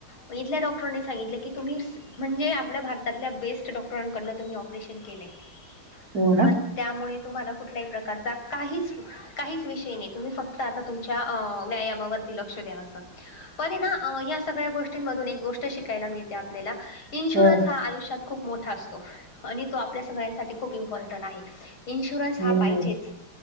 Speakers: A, on the left (about 75°); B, on the right (about 40°).
A: मग इथल्या डॉक्टरांनी सांगितलं की तुम्ही म्हणजे आपल्या भारतातल्या बेस्ट डॉक्टरांकडन तुम्ही ऑपरेशन केलंय,
B: हो
A: मग
B: ना,
A: त्यामुळे तुम्हाला कुठल्याही प्रकारचा काहीच-काहीच विषय नाही, तुम्ही फक्त आता तुमच्या व्यायामावरती लक्ष द्या आता. पण हे ना ह्या सगळ्या गोष्टींमधून एक गोष्ट शिकायला मिळते आपल्याला इन्शुरन्स
B: हो,
A: हा आयुष्यात खूप मोठा असतो आणि तो आपल्या सगळ्यांसाठी खूप इम्पॉर्टन्ट आहे. इन्शुरन्स
B: हो,
A: हा पाहिजेच.